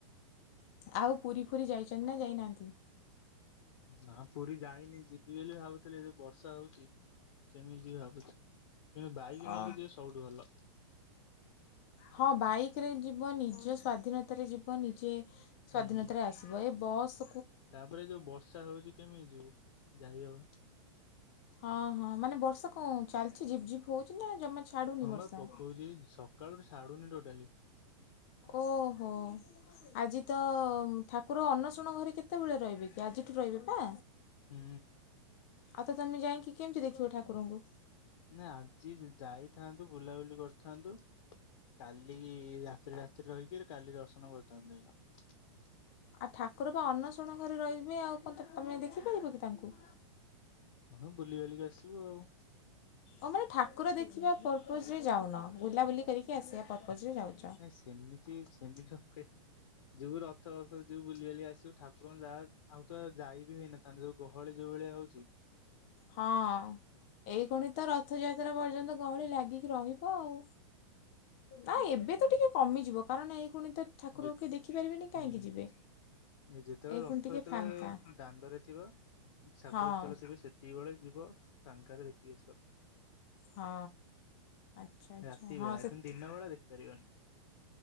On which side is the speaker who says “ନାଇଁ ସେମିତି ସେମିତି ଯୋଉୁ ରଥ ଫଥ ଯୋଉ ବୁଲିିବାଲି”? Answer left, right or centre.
Left